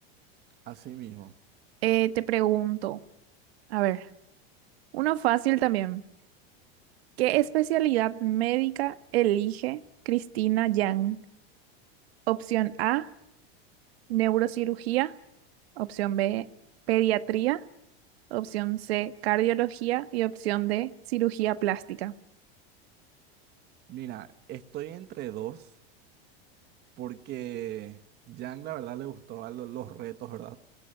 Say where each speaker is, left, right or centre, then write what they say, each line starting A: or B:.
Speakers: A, on the right; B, on the right.
A: Así mismo.
B: Eh, te pregunto, a ver, uno fácil también. ¿Qué especialidad médica elige Cristina Yang? Opción A, neurocirugía. Opción B, pediatría. Opción C, cardiología. Y opción D, cirugía plástica.
A: Mira, estoy entre dos porque Yang la verdad le gustaba lo- los retos, ¿verdad?